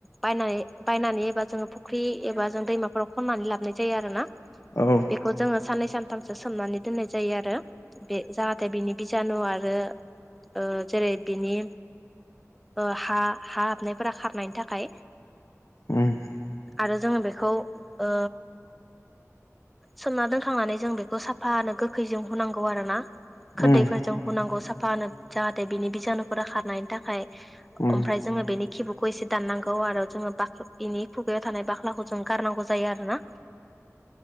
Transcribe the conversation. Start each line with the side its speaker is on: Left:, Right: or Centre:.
Centre: बायनानै बायनानै एबा जोङो फुख्रि एबा जों दैमाफोराव खननानै लाबनाय जायो आरोना।
Left: औ
Centre: बेखौ जोङो साननै सानथामसो सोमनानै दोननाय जायो आरो बे जाहाथे बिनि बिजानु आरो ओ जेरै बिनि ओ। हा-हा हाबनायफोरा खारनायनि थाखाय
Left: उम
Centre: आरो। जोङो बेखौ ओ। सोमना दोनखांनानै जों बेखौ साफानो गोखैजों होनुनांगौ आरोना। खोरदैफोरजों
Left: उम
Centre: हुनांगौ साफानो जाहाथे बिनि बिजानुफोरा खारनायनि थाखाय।
Left: उम
Centre: ओमफ्राय जोङो बेनि खिबुखौ एसे दाननांगौ आरो जोङो बाखनि इनि खु। थानाय बाख्लाखौ जों गारनांगौ जायो आरोना।